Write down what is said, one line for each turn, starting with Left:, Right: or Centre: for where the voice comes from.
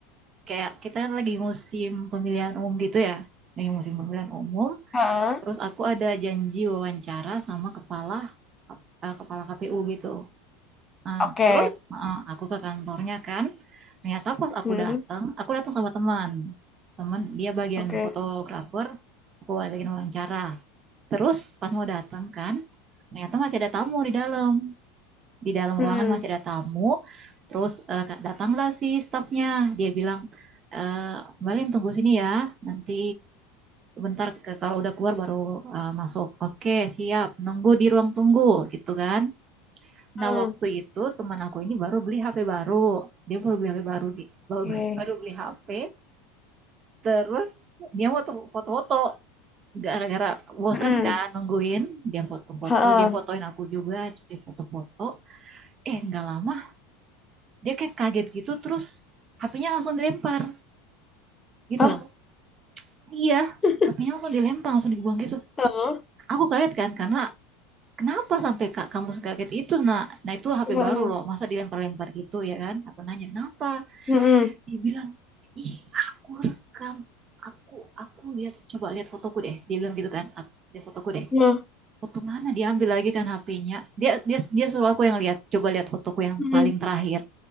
Right: kayak kita kan lagi musim pemilihan umum gitu ya. Lagi musim pemilihan umum.
Left: Heeh.
Right: Terus aku ada janji wawancara sama kepala eh, kepala KPU gitu. Nah,
Left: Oke.
Right: terus heeh, aku ke kantornya kan. Ternyata pas aku
Left: Mm-mm.
Right: datang, aku datang sama teman. Teman dia bagian
Left: Oke.
Right: fotografer, aku bagian wawancara. Terus pas mau datang kan, ternyata masih ada tamu di dalam. Di dalam
Left: Mm-mm.
Right: ruangan masih ada tamu. Terus eh, ka- datanglah si stafnya. Dia bilang, eh, Mbak Lin tunggu sini ya. Nanti bentar ke, kalau udah keluar baru eh, masuk. Oke, siap. Nunggu di ruang tunggu gitu kan. Nah,
Left: Mm.
Right: waktu itu teman aku ini baru beli HP baru. Dia baru beli HP baru, Gi.
Left: Oke.
Right: baru, baru beli HP. Terus dia mau foto-foto. Gara-gara bosan
Left: Mm-mm.
Right: kan nungguin, dia foto-foto,
Left: Heeh.
Right: dia fotoin aku juga, jadi foto-foto. Eh, nggak lama, dia kayak kaget gitu, terus HP-nya langsung dilempar gitu.
Left: Hah?
Right: Iya,
Left: <laughs>
Right: HP-nya langsung dilempar, langsung dibuang gitu.
Left: Heeh.
Right: Aku kaget kan, karena kenapa sampai kak kamu kaget itu nak nah itu HP
Left: Heeh.
Right: baru loh masa dilempar-lempar gitu ya kan aku nanya kenapa
Left: Heeh.
Right: dia bilang ih aku rekam aku aku lihat coba lihat fotoku deh dia bilang gitu kan lihat fotoku deh
Left: Heeh.
Right: foto mana dia ambil lagi kan HP-nya dia dia dia suruh aku yang lihat coba lihat fotoku yang
Left: Heeh.
Right: paling terakhir